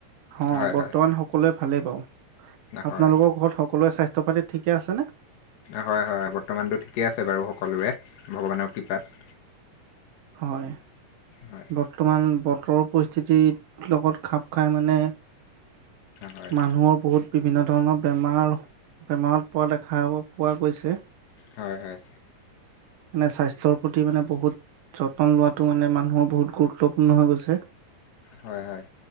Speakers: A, on the right; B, on the left.
A: হ
B: হয়
A: বৰ্তমান
B: হয়
A: সকলোৱে ভালেই বাৰু। আপোনালোকৰ
B: হয়
A: ঘৰত সকলোৰে স্বাস্থ্য পাতি ঠিকে আছেনে?
B: হয়, হয়। বৰ্তমানটো ঠিকে আছে বাৰু সকলোৰে ভগৱানৰ কৃপাত।
A: হয়।
B: হয়
A: বৰ্তমান বতৰৰ পৰিস্থিতিৰ লগত খাপ খাই মানে
B: হয়
A: মানুহৰ বহুত বিভিন্ন ধৰণৰ বেমাৰ, বেমাৰত পৰা দেখা পোৱা গৈছে।
B: হয়, হয়।
A: মানে স্বাস্থ্যৰ প্ৰতি মানে বহুত যত্ন লোৱাটো মানে মানুহৰ বহুত গুৰুত্বপূৰ্ণ হৈ গৈছে।
B: হয়, হয়।